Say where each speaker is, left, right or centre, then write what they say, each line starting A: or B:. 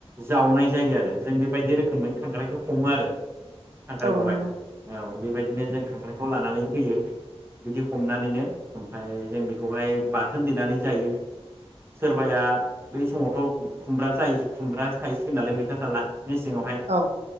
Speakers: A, on the right; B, on the right.
A: जावनाय जायो आरो जों बेबायदि रोखोमै खांख्रायखौ हमो आरो खांख्रायखौहाय
B: औ नंगौ
A: औ बेबायदिनो जों खांख्राइखौ लानानै फैयो बिदि हमनानैनो ओमफ्राय जों बेखौहाय बाथोन देनानै जायो सोरबाया बै समावथ' खुमब्रा जायो खुमब्रा थायसिगोन नालाय मैथा थाला मेसेङावहाय
B: औ